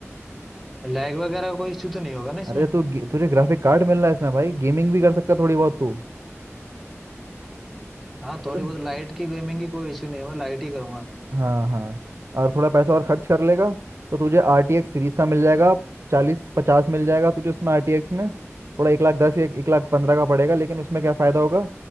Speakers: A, in the centre; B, on the right (about 65°).
A: लैग वगैरह का कोई इश्यू तो नहीं होगा ना इसमें
B: अरे तू गे- तुझे ग्राफिक कार्ड मिल रहा है इसमें भाई गेमिंग भी कर सकता है थोड़ी बहुत तू
A: हाँ
B: समझ
A: थोड़ी
B: रहा
A: बहुत लाइट की गेमिंग की कोई इश्यू नहीं है मैं लाइट ही करूंगा
B: हाँ हाँ और थोड़ा पैसा और खर्च कर लेगा तो तुझे आर टी एक्स सीरीज का मिल जाएगा चालीस पचास मिल जाएगा तुझे उसमें आर टी एक्स में थोड़ा एक लाख दस या एक लाख पंद्रह का पड़ेगा लेकिन उसमें क्या फ़ायदा होगा